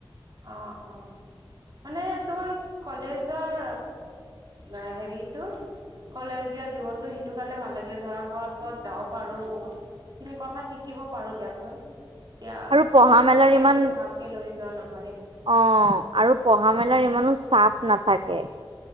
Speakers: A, on the right (about 50°); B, on the right (about 75°).
A: অ'-অ', মানে তোমালোক কলেজৰ নাই, হেৰিটো কলেজীয়া জীৱনতটো সেইটো কাৰণে ভাল লাগে। ধৰা, ক'ত-ক'ত যাব পাৰো। বহুত খিনি কথা শিকিব পাৰো দিয়াচোন, এতিয়া
B: আৰু
A: স্কুলততো
B: পঢ়া মেলাৰ
A: তেনেকে
B: ইমান
A: ভালকে লৈ যোৱা ন।
B: অ', আৰু পঢ়া মেলাৰ ইমানো চাপ নাথাকে।